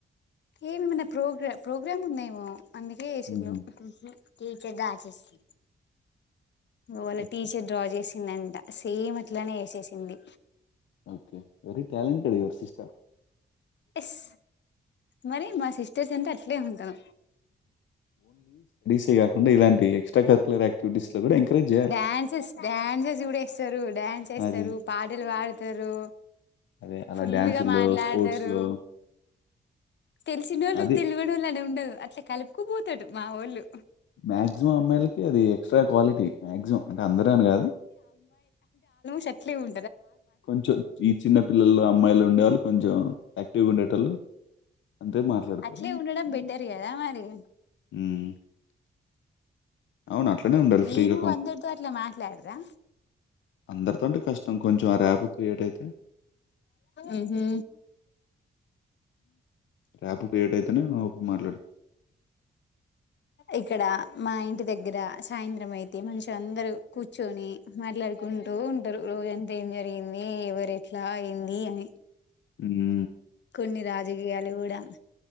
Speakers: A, on the left; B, on the left.
A: ఏమన్నా ప్రోగ్రా ప్రోగ్రామ్ ఉందేమో అందుకే వేసింది
B: మ్మ్.
A: టీచర్ డ్రా చేసిం వాళ్ల
B: ఓకే
A: టీచర్ డ్రా చేసి దంట సేమ్ అట్లనే ఏసేసింది
B: okay very talented your sister
A: yes మరి మా సిస్టర్స్ అంటే అట్లే ఉంటాం
B: తే కాకుండా ఇలాంటి కరికులర్ యాక్టివిటీస్లో కూడా ఎంకరేజ్ చేయాలి
A: డ్యాన్సెస్ డ్యాన్సెస్ కూడా ఎస్తారు డ్యాన్స్ ఎస్తారు,
B: అది
A: పాటలు పాడతారు
B: అదే అలా
A: ఫుల్లుగా
B: డ్యాన్సుల్లో
A: మాట్లాడతారు
B: స్పోర్ట్స్లో
A: తెలిసినోళ్ళు
B: అది
A: తేల్వనోళ్లు అనీ ఉండదు అట్లా కలుపకపోతాడు మా ఓళ్ళు
B: మాక్సిమం అమ్మాయిల్ అది ఎక్స్ట్రా క్వాలిటీ మ్యాక్సిమం అంటే అందరని కాదు
A: చట్లీ ఉం
B: కొంచెం ఈ చిన్న పిల్లలు అమ్మాయిలు ఉండేవాళ్ళు కొంచెం యాక్టివ్గా ఉండేటోళ్ళు అంతే మాట్లాడతారు
A: అట్లే ఉండడం బెటర్ గదా మరి
B: హ్మ్. అవును. అట్లనే ఉండాలి
A: మీరు
B: ఫ్రీగా,
A: అందరితో అట్లా మాట్లాడరా
B: అందరితోంటి కష్టం కొంచెం ఆ ర్యాప్ క్రియేట్ అయితే
A: ఉహూ
B: రాపో క్రియేట్ అయితేనే అ మాట్లాడతా
A: ఇక్కడ మా ఇంటి దగ్గర సాయంత్రం అయితే మంచిగా అందరూ కూర్చొని మాట్లాడుకుంటూ ఉంటారు రోజంతా ఏం జరిగింది, ఎవరు ఎట్లా ఏంది అని
B: ఉహూ
A: కొన్ని రాజకీయాలు కూడా